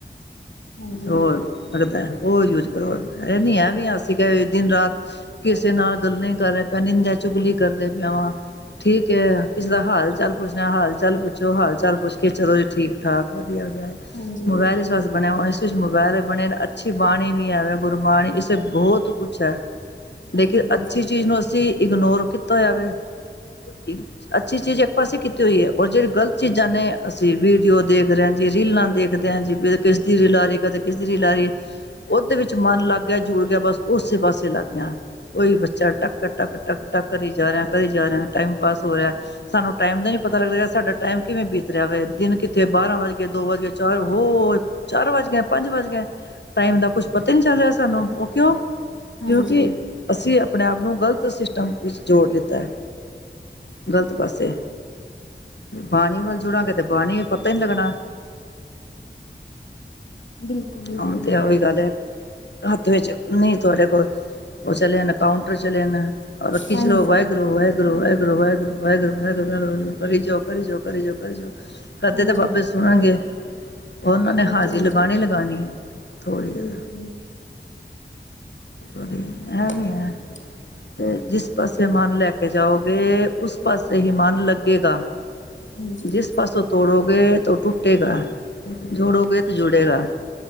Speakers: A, on the left; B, on the left.
A: ਹਾਂਜੀ
B: ਹੋਰ ਲੱਗਦਾ ਉਹ ਯੂਜ ਕਰੋ ਇਹ ਨੀ ਐ ਵੀ ਅਸੀਂ ਕਹਿ ਵੀ ਦਿਨ ਰਾਤ ਕਿਸੇ ਨਾਲ ਗੱਲਾਂ ਈ ਕਰ ਰਿਹਾ ਪੇ ਨਿੰਦਿਆ-ਚੁਗਲੀ ਕਰਦੇ ਪਿਆ ਵਾਂ। ਠੀਕ ਏ ਕਿਸੇ ਦਾ ਹਾਲ ਚਾਲ ਪੁੱਛਣਾ ਹਾਲ-ਚਾਲ ਪੁੱਛੋ, ਹਾਲ-ਚਾਲ ਪੁੱਛ ਕੇ ਚਲੋ ਜੀ ਠੀਕ-ਠਾਕ ਵਧੀਆ-ਵਧੀਆ।
A: ਹਾਂਜੀ
B: ਮੋਬਾਇਲ ਇਸ ਵਸ ਬਣਿਆ ਹੋਇਆ ਇਸ ਵਿਚ ਮੋਬਾਇਲ ਬਣੇ ਨੇ ਅੱਛੀ ਬਾਣੀ ਵੀ ਐ ਵੇ ਗੁਰਬਾਣੀ ਇਸੇ ਬਹੁਤ ਕੁਛ ਐ।
A: ਹਾਂਜੀ
B: ਲੇਕਿਨ ਅੱਛੀ ਚੀਜ਼ ਨੂੰ ਅਸੀਂ ਇਗਨੋਰ ਕੀਤਾ ਹੋਇਆ ਵੇ। <inaudible> ਅੱਛੀ ਚੀਜ਼, ਇੱਕ ਪਾਸੇ ਕੀਤੀ ਹੋਈ ਏ ਔਰ ਜਿਹੜੀ ਗਲਤ ਚੀਜ਼ਾਂ ਨੇ ਅਸੀਂ ਵੀਡੀਓ ਦੇਖ ਰੇ ਆ ਜੀ ਰੀਲਾਂ ਦੇਖ ਦੇ ਹਾਂ ਜੀ, ਵੀ ਕਿਸ ਦੀ ਰੀਲ ਆ ਰੀ ਕਦੇ ਕਿਸ ਦੀ ਰੀਲ ਆ ਰੀ ਉਹਦੇ ਵਿੱਚ ਮਨ ਲੱਗ ਗਿਆ ਜੁੜ ਗਿਆ ਬਸ ਉਸੇ ਪਾਸੇ ਲੱਗ ਗਿਆ। ਕੋਈ ਬੱਚਾ ਟੱਕ-ਟੱਕ-ਟੱਕ-ਟੱਕ ਕਰੀ ਜਾ ਰਿਹਾ ਕਰੀ ਜਾ ਰਿਹਾ ਟਾਈਮ ਪਾਸ ਹੋ ਰਿਹਾ। ਸਾਨੂੰ ਟਾਈਮ ਦਾ ਨੀ ਪਤਾ ਲੱਗ ਰਿਹਾ ਸਾਡਾ ਟਾਈਮ ਕਿਵੇਂ ਬੀਤ ਰਿਹਾ ਹੋਵੇ ਦਿਨ ਕਿੱਥੇ ਬਾਰਾਂ ਵੱਜ ਗਿਆ ਦੋ ਵੱਜ ਗਏ ਚਾਰ ਹੋ ਚਾਰ ਵੱਜ ਗਏ ਪੰਜ ਵੱਜ ਗਏ ਟਾਈਮ ਦਾ ਕੁਛ, ਪਤਾ ਨੀ ਚੱਲ ਰਿਹਾ ਸਾਨੂੰ ਉਹ ਕਿਉਂ?
A: ਹਾਂਜੀ
B: ਕਿਉਂਕਿ, ਅਸੀਂ ਆਪਣੇ ਆਪ ਨੂੰ ਗ਼ਲਤ ਸਿਸਟਮ ਵਿੱਚ ਜੋੜ ਦਿੱਤਾ ਹੈ। ਗ਼ਲਤ ਪਾਸੇ ਬਾਣੀ ਵ ਜੁੜਾਂਗੇ ਤੇ ਬਾਣੀ ਪਤਾ ਹੀ ਲੱਗਣਾ।
A: ਬਿਲਕੁਲ ਬਿਲਕੁਲ
B: ਹੁਣ ਤੇ ਹੀ ਗੱਲ ਹੈ ਹੱਥ ਵਿੱਚ ਨ ਤੁਹਾਡੇ ਕੋਲ ਉਹ ਚਲੇ। ਕਾਊਂਟਰ ਚਲੇਣਾ ਰ ਰੱਖੀ
A: ਹਾਂਜੀ
B: ਚੋ ਵਾਹਿਗੁਰੂ-ਵਾਹਿਗੁਰੂ ੁਰ ਵਾਹਿਗੁਰੂ, ਵਾਹਿਗੁਰੂ, ਵਾਹਿਗੁਰੂ, ਵਾਹਿਗੁਰੂੀ ਕਰੀ ਜ ਕਰੀ ਜ ਕਰੀ ਕਰਦੇ
A: ਹਾਂਜੀ
B: ਤੇ ਵਪ ਸੁਣਨਗੇ, ਉਹਨਾਂ ਨੇ
A: ਹਾਂਜੀ
B: ਹਾਜ਼ਰੀ
A: ਹਾਂਜੀ
B: ਲਗਾਣੀ ਲਗਾਣੀ ਥੋੜ੍ਹੀ
A: ਬਿਲਕੁਲ
B: ਜਿਦਾ ਇਹ ਵੀ
A: ਬਿਲਕੁਲ
B: ਹੈ। ਤੇ ਜਿਸ ਪਾਸੇ ਮਨ ਲੈ ਕੇ ਜਾਓਗੇ ਉਸ ਪਾਸੇ ਹੀ ਮਨ ਲੱਗੇਗਾ।
A: ਹਾਂਜੀ
B: ਜਿਸ
A: ਹਾਂਜੀ
B: ਪਾਸੋਂ ਤੋੜੋਗੇ ਤਾਂ, ਉਹ ਟੁੱਟੇਗਾ ਜੋੜੋਗੇ
A: ਹਾਂਜੀ
B: ਤਾਂ ਜੁੜੇਗਾ।